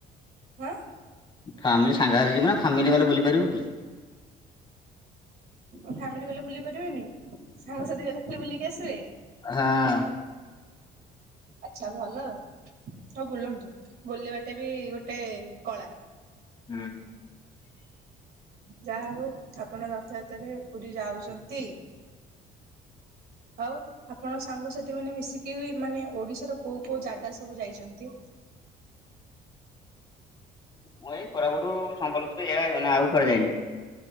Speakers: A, on the right; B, on the left.
A: ହାଁ
B: ଫାମିଲି ସାଙ୍ଗ ସାଥି ଯିବୁନା ଫାମିଲି ଗଲେ ବୁଲି ପାରିବୁକି।
A: ଫ୍ୟାମିଲି ଗଲେ ବୁଲି ପାରିବେନି? ସାଙ୍ଗସାଥି ଗଲେ ଖାଲି ବୁଲିକି ଆସିବେ?
B: ହଁ।
A: ଆଛା ଭଲ ଆଉ। ହଁ ବୁଲନ୍ତୁ ବୁଲିବାଟା ବି ଗୋଟେ କଳା।
B: ହୁଁ।
A: ଯାହା ହଉ ଆପଣ ରଥଯାତ୍ରରେ ପୁରୀ ଯାଉଛନ୍ତି। ଆଉ ଆପଣ ସାଙ୍ଗସାଥି ମାନେ ମିଶିକି ମାନେ ଓଡିଶାର କୋଉ କୋଉ ଜାଗା ସବୁ ଯାଇଛନ୍ତି?
B: ମୁଁ ଏଇ କୋରାପୁଟରୁ ସମ୍ବଲପୁରରେ ଏଇଆ ନା ଆଉ କୁଆଡେ ଯାଇନି।